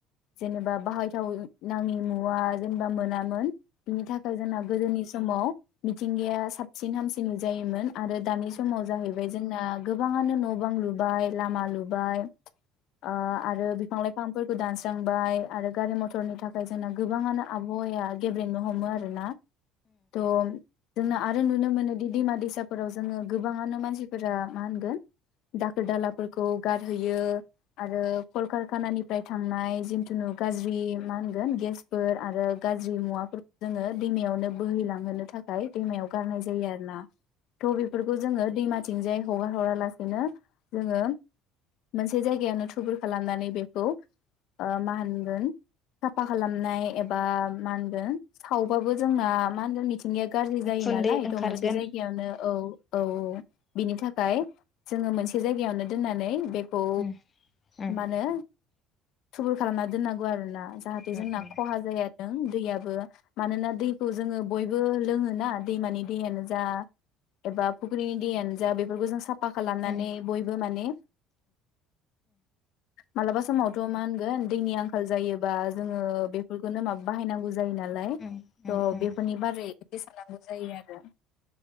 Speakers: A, on the left; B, on the left.
A: जेनेबा बाहायथाव नाङि मुवा जेनेबा मोनामोन। बिनि थाखाय जोंना गोदोनिस समाव मिथिंगाया साबसिन हामसिन नुजायोमोन। आरो दानि समाव जाहैबाय जों ना गोबाङानो न' बां लुबाय लामा लुबाय ओ आरो बिफां लाइफांफोरखौ दानस्रांबाय आरो गारि मथरनि थाखाय जोंना गोबाङानो आबहावाया गेब्रेंनो हमो आरो ना थ' जोंना आरो नुनो मोनोदि दैमा दैसाफोराव जोङो गोबाङानो मानसिफोरा मा होनगोन दाखोर दालाफोरखौ गारहैयो आरो कलकारखानानिफ्राय थांनाय जिनथुुनु गाज्रि मा होनगोन गेस फोर आरो गाज <unintelligible> जोङो दैमायावनो बोहैलांहोनो था खाय दैमायाव गारनाय जायो आरो ना। थ' बेफोरखौ जोङो दैमाथिंजाय हगार हरा लासेनो जोङो मोनसे जायगायावनो थुबुर खालामनानै बेखौ ओ मा होनगोन साफा खालामनाय एबा मा होनगोन सावबाबो जोंना मा होनगोन मि थिंगाया गाज्रि
B: उखुन्दै
A: जायो नालाय
B: ओंखारगोन
A: थ' मोनसे जायगायावनो औ औ औ बिनि थाखाय जोङो मोनसे जायगायावनो दोननानै बेखौ
B: उम उम
A: मानो थुबुर खालामना दोननांगौ आरोना जाहाथे
B: उम
A: जोंना
B: उम
A: खहा जाया। <unintelligible> दैयाबो मानोना दैखौ जोङो बयबो लोङोना दैमानि दैयानो जा एबा फुख्रिनि दैयानो जा बेफोरखौ जों साफा खालामनानै
B: उम
A: बयबो माने मालाबा समावथ' मा होनगोन दैनि आंखाल जायोबा जोङो बेफोरखौनो माब बाहायनांगौ जायो नालाय
B: उम
A: त
B: उम उम
A: बेफोरनि बारै एसे साननांगौ जायो आरो।